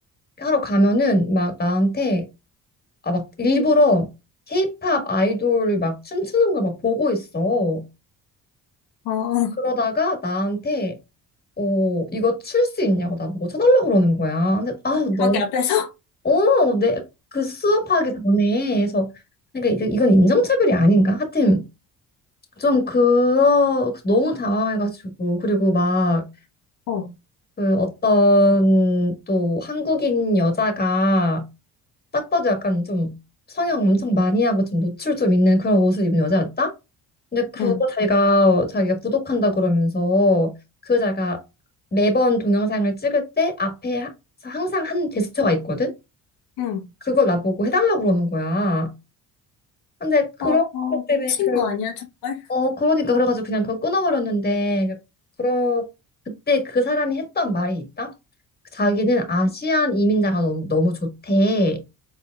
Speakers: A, on the left; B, on the left.
A: 하러 가면은 막 나한테 아, 막 일부러 케이팝 아이돌 막 춤추는 걸 막 보고 있어.
B: 어,
A: 그러다가 나한테 어, 이거 출 수 있냐고 나보고 쳐달라고 그러는 거야. 근데 아, 너
B: 저기 앞에서?
A: 어, 내 그 수업하기 전에 해서 그러니까 이거- 이건 인종차별이 아닌가? 하여튼 좀 그러 너무 당황해가지고 그리고 막
B: 어,
A: 그 어떤 또 한국인 여자가 딱 봐도 약간 좀 성형 엄청 많이 하고 좀 노출 좀 있는 그런 옷을 입은 여자였다. 근데 그거
B: 응,
A: 자기가 자기가 구독한다 그러면서 그 자기가 매번 동영상을 찍을 때 앞에 하- 항상 한 제스처가 있거든.
B: 응.
A: 그걸 나보고 해달라고 그러는 거야. 근데 그런
B: 어, 어,
A: 것 때문에
B: 미친
A: 그냥
B: 거 아니야, 정말?
A: 어 그러니까 그래가지고 그냥 그거 끊어버렸는데 그러 그때 그 사람이 했던 말이 있다. 자기는 아시안 이민자가 너무, 너무 좋대.